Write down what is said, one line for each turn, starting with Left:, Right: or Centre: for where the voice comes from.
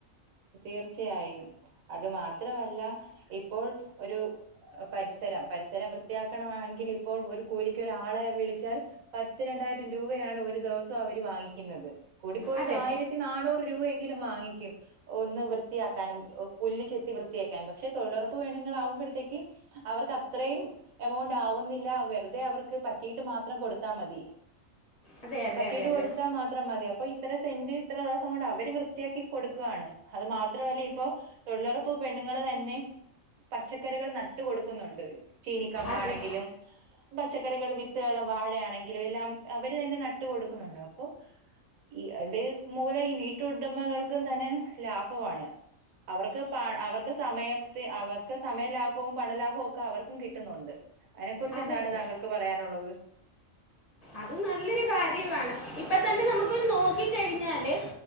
Right: തീർച്ചയായും അത് മാത്രം അല്ല ഇപ്പോൾ ഒരു പരിസരം പരിസരം വൃത്തിയാക്കണം എങ്കിൽ ഇപ്പോൾ ഒരു കൂലിക്ക് ഒരാളെ വിളിച്ചാൽ പത്ത് രണ്ടായിരം രൂപയാണ് ഒരു ദിവ സം അവര് വാങ്ങിക്കുന്നത് കൂടി പോയത്
Left: അതെ
Right: ആയിരത്തി നാനൂറ് രൂപയെങ്കിലും വാങ്ങിക്കും ഒന്ന് വൃ ത്തിയാക്കാനും പുല്ല് ചെത്തി വൃത്തിയാക്കാനും പക്ഷെ തൊഴിലുറപ്പ് പെണ്ണുങ്ങൾ ആകുമ്പഴത്തേക്ക് അവർക്ക് അത്രയും എമൗണ്ട് ആവുന്നില്ല വെറു തെ അവർക്ക് പറ്റീട്ട് മാത്രം കൊടുത്താൽ മതി
Left: അതെ അതെ
Right: പറ്റീട്ട്
Left: അതെ അതെ
Right: കൊടുത്താ മാത്രം മതി അപ്പൊ ഇ ത്ര സെന്റ് ഇത്ര ദിവസം കൊണ്ട് അവര് വൃത്തിയാക്കി കൊടുക്കുവാണ് അത് മാത്രവല്ല ഇപ്പൊ തൊഴിലുറപ്പ് പെണ്ണുങ്ങള് തന്നെ പച്ചക്കറികൾ നട്ട് കൊടുക്കുന്നുണ്ട് ചീനിക്കമ്പ്
Left: അതെ
Right: ആണെങ്കിലും പച്ചക്കറികൾ വിത്തുകളും വാഴയാണെങ്കിലും എല്ലാം അവര് തന്നെ നട്ടു കൊടുക്കുന്നുണ്ട് അപ്പൊ ഈ ഇത് മൂലം ഈ വീട്ടുടമകൾക്കും തന്നെ ലാഭവാണ് അവർക്ക് പ അവർക്ക് സമയത്തി അവർക്ക് സമയ ലാഭവും പണലാഭവും ഒക്കെ അവർക്കും കിട്ടുന്നുണ്ട് അതിനെക്കുറിച്ച്
Left: അതെ
Right: എന്താണ്
Left: അതെ
Right: താങ്കൾക്ക് പറയാനുള്ളത്
Left: അത് നല്ലൊരു കാര്യവാണ് ഇപ്പത്തന്നെ നമുക്കൊന്ന് നോക്കി കഴിഞ്ഞാല്